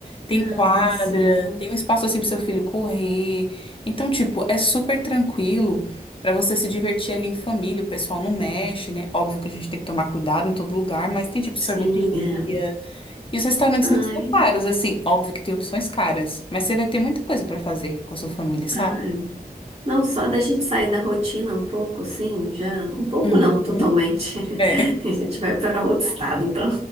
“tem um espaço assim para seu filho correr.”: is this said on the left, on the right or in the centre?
Left